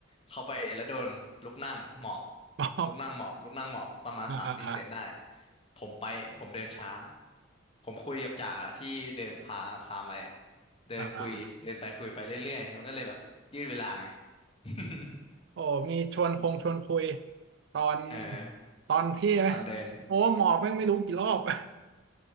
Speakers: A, on the left; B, on the right.
A: เขาไปแล้วโดนลุกนั่งหมอบ
B: เปล่า
A: ลุกนั่งหมอบลุกนั่งหมอบประมาณสามสี่เซตได้
B: อ่าอ่าอ่า
A: ผมไปผมเดินช้าผมคุยกับจ่าที่เดินพาพาไปอ่ะเดินคุยเดินไปคุยไปเรื่อยๆมันก็เลยแบบยืดเวลาไง
B: อ่าอ่าอ่า
A: <laughs>
B: โอ้มีชวนคงชวนคุยตอน
A: เออ
B: ตอนพี่อะ
A: ตอนเดิน
B: โอ้หมอแม่งไม่รู้กี่รอบ <laughs>